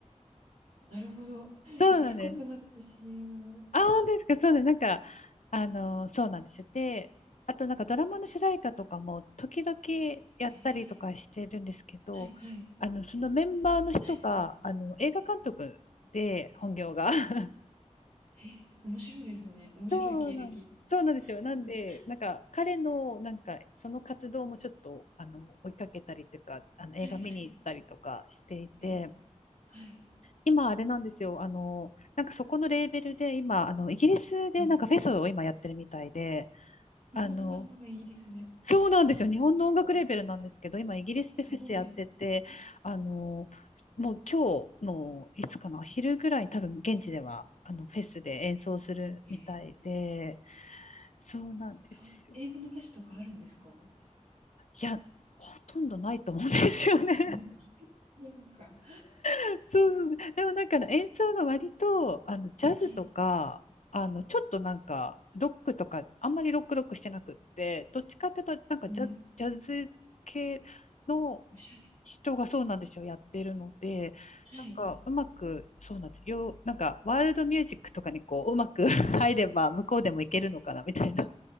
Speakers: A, on the right (about 75°); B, on the left (about 70°).
A: なるほど。
B: そうなんです。
A: 見たことなくて CM。
B: あ、本当ですか。そうね。なんか、あの、そうなんですよ。で、あとなんかドラマの主題歌とかも時々やったりとかしてるんですけど、
A: へえ、はいはい。
B: あの、そのメンバーの人が、
A: はいはい。
B: あの、映画監督で、本業が。<laughs>
A: え、面白いですね。面白い経歴。
B: そうなん、そうなんですよ。
A: <laughs>
B: なんで、なんか彼の、なんかその活動もちょっと、あの、追いかけたりとか、あの、
A: はいはい。
B: 映画見に行ったりとかしていて、
A: はい。はい。
B: 今あれなんですよ。あの、なんかそこのレーベルで今、あの、イギリスでなんかフェスを今やってるみたいで、
A: はい。日本のバンドがイギリスでっ
B: あの、そうなんですよ。日本の音楽レーベルなんですけど、
A: てことですか？
B: 今イギリスでフェスやってて、
A: すごい。
B: あの、もう今日のいつかな、昼ぐらいに多分現地ではあのフェスで演奏するみたいで、
A: ええ、
B: そうなんですよ。
A: そう、英語の歌詞とかあるんですか？
B: いや、ほとんどないと思うんですよね。
A: ええ、いや、なんかは
B: <laughs> そうそう。でもなんかあの演奏が割と、あの、ジャズとか、
A: い、
B: あの、ちょっとなんか、ロックとか、あんまりロックロックしてなくって、どっちかっていうと、なんかジャズ、
A: より
B: ジャズ系の
A: おしゃ
B: 人がそうなんですよ、やってるので、
A: れはい。
B: なんか、うまく、そうなんですよ。なんか、ワールドミュージックとかにこう、うまく <laughs> 入れば、向こうでもいけるのかな、みたいな